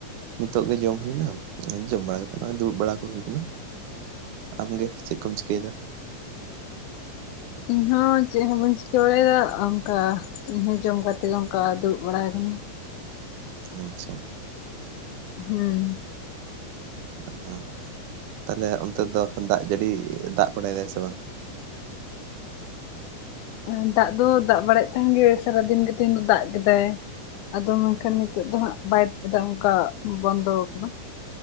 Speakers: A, on the right (about 80°); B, on the left (about 80°).
A: ᱱᱤᱛᱚᱜ ᱜᱮ ᱡᱚᱢ ᱦᱩᱭᱱᱟ, ᱡᱚᱢ ᱵᱟᱲᱟ ᱠᱟᱛᱮᱜ ᱱᱚᱜᱼᱚᱭ ᱫᱩᱲᱩᱵ ᱵᱟᱲᱟ ᱠᱚ ᱦᱩᱭ ᱠᱟᱱᱟ ᱾ ᱟᱢᱜᱮ, ᱪᱮᱫ ᱠᱚᱢ ᱪᱤᱠᱟᱹᱭᱮᱫᱟ?
B: ᱤᱧ ᱦᱚᱸ ᱪᱮᱫ ᱦᱚᱸ ᱵᱟᱹᱧ ᱪᱤᱠᱟᱹ ᱵᱟᱲᱟᱭᱮᱫᱟ ᱚᱱᱠᱟ ᱤᱧ ᱦᱚᱸ ᱡᱚᱢ ᱠᱟᱛᱮ ᱜᱮ ᱚᱱᱠᱟ ᱫᱩᱲᱩᱵ ᱵᱟᱲᱟ ᱠᱟᱹᱱᱟᱹᱧ ᱾
A: ᱟᱪᱪᱷᱟ ᱾
B: ᱦᱩᱸ ᱾
A: <unintelligible> ᱛᱟᱦᱟᱞᱮ ᱚᱱᱛᱮ ᱫᱚ ᱫᱟᱜ ᱡᱟᱹᱲᱤ ᱫᱟᱜ ᱵᱟᱲᱟᱭ ᱫᱟᱭ ᱥᱮ ᱵᱟᱝ?
B: ᱮᱸᱻ ᱫᱟᱜ ᱫᱚ ᱫᱟᱜ ᱵᱟᱲᱟᱭ ᱛᱟᱦᱮᱱ ᱜᱮ, ᱥᱟᱨᱟ ᱫᱤᱱ ᱜᱮ ᱛᱮᱦᱮᱧ ᱫᱚ ᱫᱟᱜ ᱠᱮᱫᱟᱭ ᱾ ᱟᱫᱚ ᱢᱮᱱᱠᱷᱟᱱ ᱱᱤᱛᱚᱜ ᱫᱚ ᱦᱟᱸᱜ ᱵᱟᱭ ᱫᱟᱜ ᱮᱫᱟ ᱚᱱᱠᱟ, ᱵᱚᱱᱫᱚ ᱟᱠᱟᱱᱟ ᱾